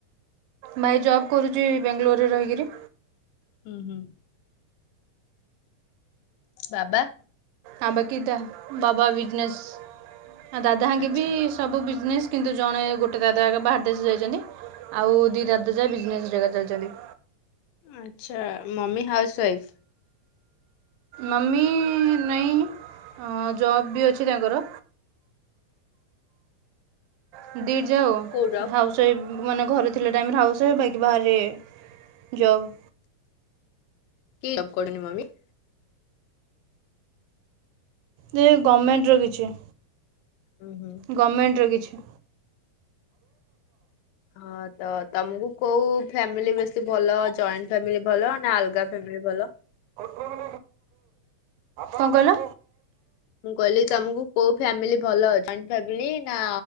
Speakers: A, on the right; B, on the left.
A: ଭାଇ ଜବ୍ କରୁଚୀ ବ୍ୟାଙ୍ଗଲୋରରେ ରହିକିରି
B: ହୁଁ ହୁଁ। ବାବା?
A: ଆ ବାକି ଦମ୍ ବାବା ବିଜନେସ୍ ଦାଦା ହରିକା
B: ଆଚ୍ଛା
A: ବି ସବୁ ବିଜନେସ୍ କିନ୍ତୁ ଜଣେ ଗୋଟେ ଦାଦା ବାହାର ଦେଶ ଯାଇଚନ୍ତି ଆଉ ଦି ଦାଦା ଯାକ ବିଜନେସ ଚଲଉଚନ୍ତି।
B: ଆଚ୍ଛା ମମି ହାଉସୱାଇଫ୍?
A: ମମି ନାଇଁ ଜବ୍ ବି ଅଛି ବି ତାଙ୍କର <unintelligible>
B: କୋଉ ଜବ୍
A: ସେ ମାନେ ଘରେ ଥିଲା ଟାଇମରେ ହାଉସ ୱାଇଫ୍ ବାକି ବାହାରେ ଜବ୍
B: କି ଜବ୍ କରନ୍ତି ମମି?
A: ଯେ ଗମେଣ୍ଟର କିଛି।
B: ଉଁ ହୁଁ।
A: ଗମେଣ୍ଟର କିଛି।
B: ହଁ ତ ତମକୁ କୋଉ ଫ୍ୟାମିଲି ବେଶୀ ଭଲ ଜଏଣ୍ଟ ଫ୍ୟାମିଲି ଭଲ ନା ଅଲଗା ଫ୍ୟାମିଲି ଭଲ।
A: କଣ କହିଲ?
B: ମୁଁ କହିଲି ତମକୁ କୋଉ ଫ୍ୟାମିଲ ଭଲ ଜଏଣ୍ଟ ଫ୍ୟାମିଲି ନା